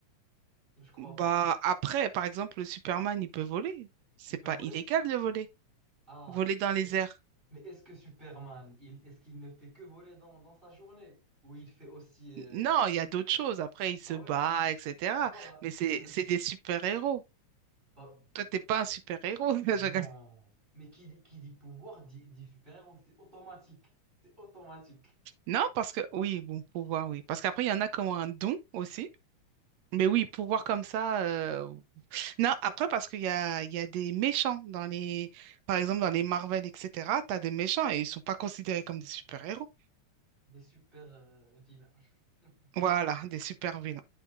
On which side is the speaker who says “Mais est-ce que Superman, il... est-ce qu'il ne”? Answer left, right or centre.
Right